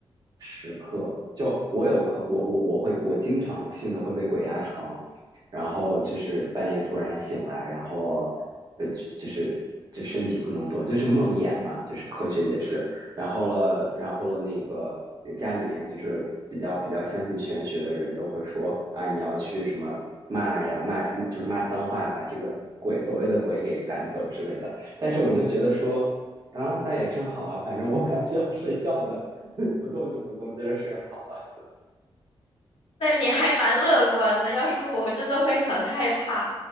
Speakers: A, on the right; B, on the left.
A: 时刻。就我有可，我我我会，我经常性的会被鬼压床，然后就是半夜突然醒来，然后呃，就就是就身体不能动，就是梦魇嘛，就是科学解释。然后了，然后了，那个家里面就是比较比较相信玄学的人都会说啊，你要去什么骂呀，骂就是骂脏话，把这个鬼所谓的鬼给赶走之类的。但是我就觉得说啊，那也正好啊，反正我本来就要睡觉的，<laughs> 不动就不动，接着睡好了。
B: 那你还蛮乐观的，要是我，我真的会很害怕，